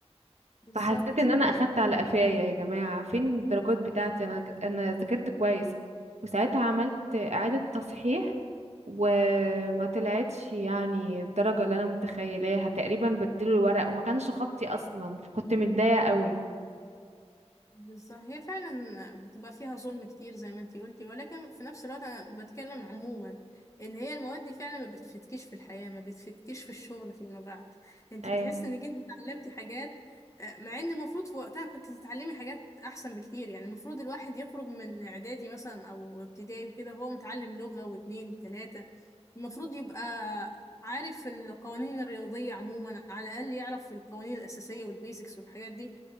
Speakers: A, on the left; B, on the right.
A: بالظبط
B: فحسيت ان انا اخدت على قفايا يا جماعه فين الدرجات بتاعتي انا انا ذاكرت كويس وساعتها عملت اعاده تصحيح وما طلعتش يعني الدرجه اللي انا متخيلاها تقريبا بدلوا الورق وما كانش خطي اصلا فكنت متضايقه قوي
A: بالظبط هي فعلا بتبقى فيها ظلم كتير زي ما انتي قلتي ولكن في نفس الوقت انا بتكلم عموما ان هي المواد دي فعلا ما بتفتكيش في الحياة ما بتفتكيش في الشغل فيما بعد انتي
B: ايه
A: بتحسي انك انتي اتعلمتي حاجات آه، مع ان المفروض في وقتها كنت تتعلمي حاجات احسن بكتير يعني المفروض الواحد يخرج من اعدادي مثلا او ابتدائي وكده وهو متعلم لغة واتنين وتلاتة المفروض يبقى عارف القوانين الرياضية عموما على الأقل يعرف القوانين الأساسية والبيزكس والحاجات دي